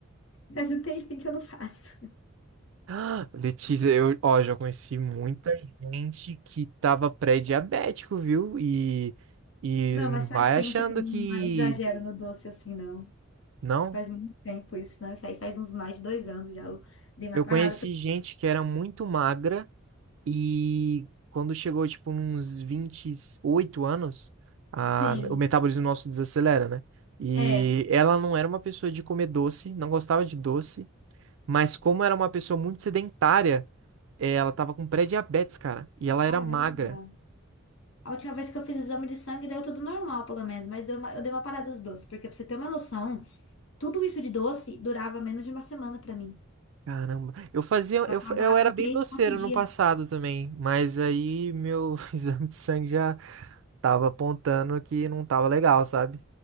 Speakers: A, on the left; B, on the right.
A: Mas não tem fim que eu não faço.
B: Ah, Letícia, eu, ó, já conheci muita gente que tava pré-diabético, viu? E, e
A: Não,
B: não
A: mas
B: vai
A: faz tempo
B: achando
A: que eu
B: que.
A: não exagero no doce assim, não.
B: Não.
A: Faz muito tempo isso, não? Isso aí faz uns mais de dois anos já. Eu dei uma
B: Eu
A: parada.
B: conheci
A: pra-
B: gente que era muito magra e quando chegou, tipo, uns vinte e oito anos, a,
A: Sim,
B: o metabolismo nosso desacelera, né? E
A: é.
B: ela não era uma pessoa de comer doce, não gostava de doce. Mas como era uma pessoa muito sedentária, eh, ela tava com pré-diabetes, cara. E ela
A: Caramba.
B: era magra.
A: A última vez que eu fiz exame de sangue deu tudo normal, pelo menos, mas deu uma- eu dei uma parada dos doces, porque pra você ter uma noção, tudo isso de doce durava menos de uma semana pra mim.
B: Caramba. Eu fazia,
A: Eu
B: eu,
A: acabava
B: fa- eu era
A: em
B: bem
A: três,
B: doceiro
A: quatro dias.
B: no passado também, mas aí meu <laughs> exame de sangue já tava apontando que não tava legal, sabe?